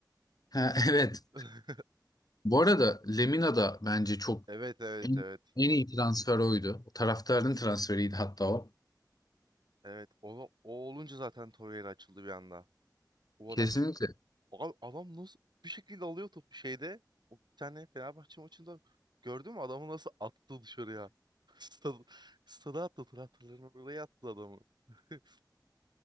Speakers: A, on the left (about 55°); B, on the right (about 70°).
A: Ha, <laughs> evet.
B: <laughs>
A: Bu arada Lemina da bence çok
B: Evet evet
A: en,
B: evet.
A: en iyi transfer oydu. Taraftarın transferiydi hatta o.
B: Evet o, o olunca zaten Torreira açıldı bir anda. O
A: Kesinlikle.
B: adam çünkü Abi adam nasıl bir şekilde alıyor topu şeyde. O bir tane Fenerbahçe maçında gördün mü adamı nasıl attı dışarıya? <laughs> Stada, stada attı traktörlerini oraya attı adamı. <laughs>